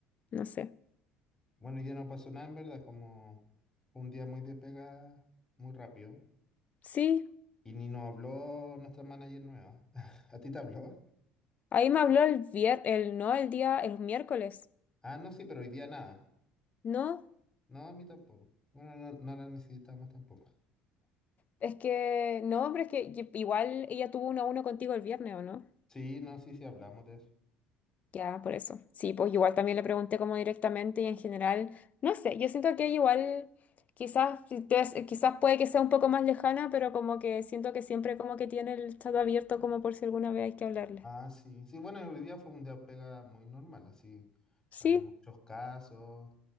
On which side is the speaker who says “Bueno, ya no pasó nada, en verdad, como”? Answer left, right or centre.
Left